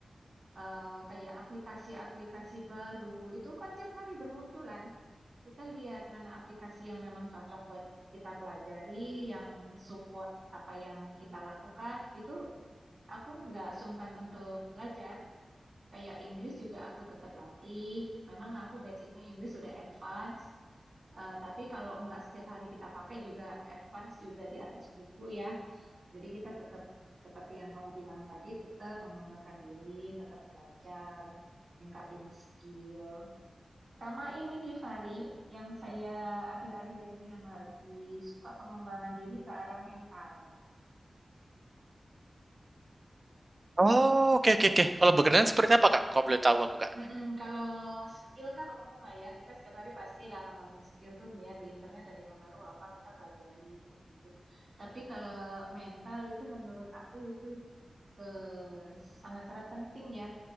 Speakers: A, on the right (about 55°); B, on the right (about 35°).
A: eh, kayak aplikasi-aplikasi baru. Itu kan tiap hari bermunculan. Kita lihat mana aplikasi yang memang cocok buat kita pelajari, yang support apa yang kita lakukan. Itu aku nggak sungkan untuk belajar. Kayak Inggris juga aku tetap latih. Memang aku basicnya Inggris udah advance Eh, tapi kalau nggak setiap hari kita pakai juga advance juga di atas buku ya. Jadi kita tetap seperti yang kamu bilang tadi, tetap mengembangkan diri, tetap belajar, meningkatin skill. Sama ini Givari, yang saya akhir-akhir ini yang lagi suka pengembangan diri ke arah mental.
B: Oh, oke oke oke. Kalau berkenan seperti apa Kak? Kok boleh tahu aku Kak?
A: Mm-mm, kalau skill kan umum lah ya, kita setiap hari pasti lah ngembangin skill tuh melihat di internet ada yang baru apa kita pelajari kayak gitu. Tapi kalau mental itu menurut aku itu eh, sangat-sangat penting ya.